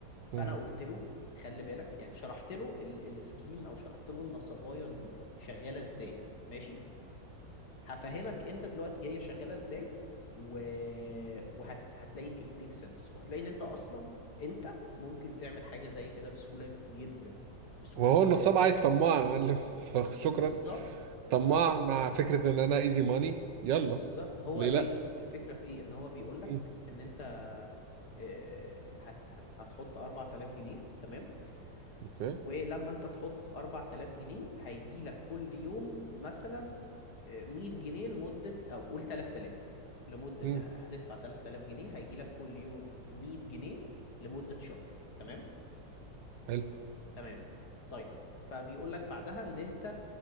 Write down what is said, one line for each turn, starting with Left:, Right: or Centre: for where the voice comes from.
Left: فانا
Right: مم.
Left: قلت له خلي بالك يعني شرحت له ال- السكيم او شرحت له النصبايه دي شغاله ازاي ماشي هفهمك انت دلوقتي هي شغاله ازاي و... وهتلاقي ان it makes sense وهتلاقي ان انت اصلا انت ممكن تعمل حاجه زي كده بسهوله جدا بسهوله
Right: وهو النصاب
Left: جدا
Right: عايز طماع يا معلم <laughs> فشكرا
Left: بالظبط بالظبط
Right: طماع مع فكرة ان انا ايزي ماني يلا
Left: بالظبط هو
Right: ليه
Left: ايه
Right: لا
Left: الف- الفكره في ايه ان هو بيقولك
Right: مم.
Left: ان انت آه، هت... هت... هتحط 4000 جنيه تمام
Right: اوكي
Left: ولما انت تحط 4000 جنيه هيجي لك كل يوم مثلا 100 جنيه لمدة او قول 3000 لمدة
Right: مم.
Left: هتدفع 3000 جنيه هيجي لك كل يوم 100 جنيه لمدة شهر تمام
Right: حلو
Left: تمام طيب فبيقول لك بعدها ان انت